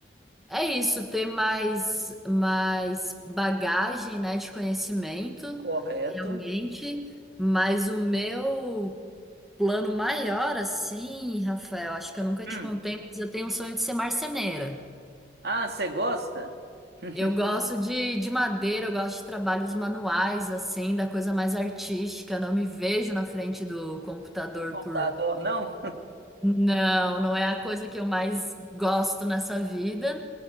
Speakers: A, in the centre; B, on the right (about 70°).
A: é isso, ter mais, mais bagagem, né, de conhecimento,
B: Correto.
A: realmente. Mas o meu plano maior, assim, Rafael, acho que eu nunca
B: Hum.
A: te contei, mas eu tenho um sonho de ser marceneira.
B: Ah, você gosta <laughs>
A: Eu gosto de, de madeira, eu gosto de trabalhos manuais, assim, da coisa mais artística. Não me vejo na frente do computador
B: do computador,
A: por.
B: não?
A: Não, não é a coisa que eu mais gosto nessa vida.